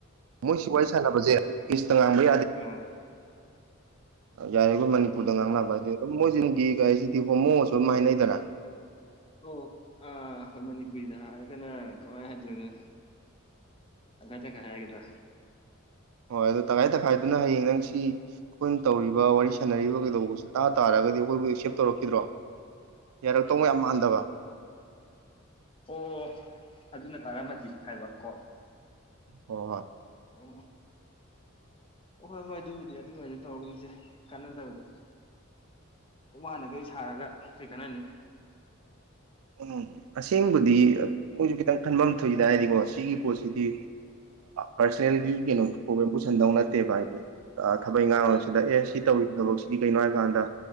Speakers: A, on the right; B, on the left.
A: ꯃꯣꯏꯁꯤ ꯋꯥꯔꯤ ꯁꯥꯟꯅꯕꯁꯦ ꯏꯪꯂꯤꯁꯇ ꯉꯥꯡꯕ
B: ꯑꯥ
A: ꯌꯥꯔꯦ ꯑꯩꯈꯣꯏ
B: ꯑꯥ
A: ꯃꯅꯤꯄꯨꯔꯗ ꯉꯥꯡꯅꯕꯩꯗꯤ ꯑꯗꯨꯝ ꯃꯣꯏꯁꯤꯒꯤ ꯀꯩ ꯍꯥꯏꯁꯤꯗꯤ ꯍꯣꯃꯣꯁꯨ ꯑꯗꯨꯃꯥꯏ ꯂꯩꯗꯅ
B: ꯑꯣ ꯑꯥ ꯍꯣꯏ ꯃꯅꯤꯄꯨꯔꯤꯗ ꯍꯥꯏꯔꯒꯅ ꯀꯃꯥꯏꯅ ꯍꯥꯏꯗꯣꯏꯅꯣ ꯇꯪꯈꯥꯏ ꯇꯪꯈꯥꯏ ꯍꯥꯏꯒꯗ꯭ꯔꯥ
A: ꯍꯣꯏ ꯑꯗꯨ ꯇꯪꯈꯥꯏ ꯇꯈꯥꯏꯗꯨꯅ ꯍꯌꯦꯡ ꯅꯪ ꯁꯤ ꯑꯩꯈꯣꯏꯅ ꯇꯧꯔꯤꯕ ꯋꯥꯔꯤ ꯁꯥꯟꯅꯔꯤꯕ ꯀꯩꯗꯧꯕꯁꯤ ꯇꯥ ꯇꯥꯔꯒꯗꯤ ꯑꯩꯈꯣꯏꯕꯨ ꯑꯦꯛꯁꯦꯞ ꯇꯧꯔꯛꯈꯤꯗ꯭ꯔꯣ ꯌꯥꯔꯛꯇꯧ ꯌꯥꯝ
B: ꯎꯝ
A: ꯃꯥꯟꯗꯕ
B: ꯑꯣ ꯑꯗꯨꯅ ꯇꯥꯔꯝꯃꯗꯤ ꯍꯥꯏꯕ ꯀꯣ
A: ꯍꯣ ꯍꯣꯏ
B: ꯎꯝ ꯑꯣꯍꯣꯏ ꯍꯣꯏ ꯑꯗꯨꯕꯨꯗꯤ ꯑꯗꯨꯃꯥꯏꯗꯤ ꯇꯧꯔꯒꯨꯝꯁꯦ ꯀꯥꯟꯅꯗꯕꯗ ꯋꯥꯥꯅꯈꯩ ꯁꯥꯔꯒ ꯀꯩ ꯀꯥꯟꯅꯅꯤ
A: ꯎꯝ ꯑꯁꯦꯡꯕꯗꯤ ꯃꯣꯏꯁꯨ ꯈꯤꯇꯪ ꯈꯟꯐꯝ ꯊꯣꯛꯏꯗ ꯍꯥꯏꯗꯤꯀꯣ ꯁꯤꯒꯤ ꯄꯣꯠꯁꯤꯗꯤ ꯄꯥꯔꯁꯅꯦꯜꯂꯤ ꯀꯩꯅꯣ ꯄ꯭ꯔꯣꯕꯦꯝ ꯄꯨꯁꯟꯗꯧ ꯅꯠꯇꯦꯕ ꯍꯥꯏꯗꯤ ꯑ ꯊꯕꯛ ꯏꯪꯒꯥꯡ ꯃꯥꯔꯛꯁꯤꯗ
B: ꯎꯝ
A: ꯑꯦꯁ ꯁꯤ ꯇꯧꯔꯤꯕ ꯊꯕꯛꯁꯤꯗꯤ ꯀꯩꯅꯣ ꯍꯥꯏꯀꯥꯟꯗ